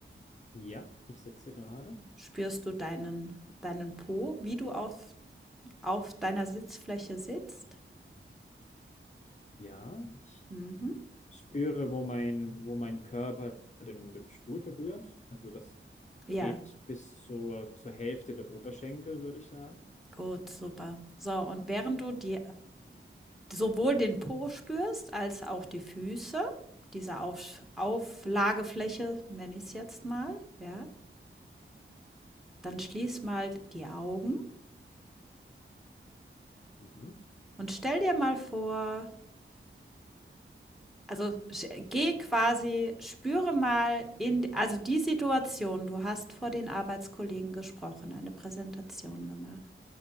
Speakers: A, on the left; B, in the centre.
A: Ja, ich sitze gerade.
B: Spürst du deinen deinen Po, wie du auf auf deiner Sitzfläche sitzt?
A: Ja. Ich
B: Mhm.
A: spüre, wo mein, wo mein Körper den, den Stuhl berührt. Also das
B: Ja.
A: geht bis zur, zur Hälfte der Oberschenkel, würde ich sagen.
B: Gut, super. So, und während du die sowohl den Po spürst als auch die Füße, diese Auf Auflagefläche nenne ich es jetzt mal, ja, dann schließ mal die Augen
A: Mhm.
B: und stell dir mal vor, also sch- geh quasi, spüre mal in, also die Situation, du hast vor den Arbeitskollegen gesprochen, eine Präsentation gemacht.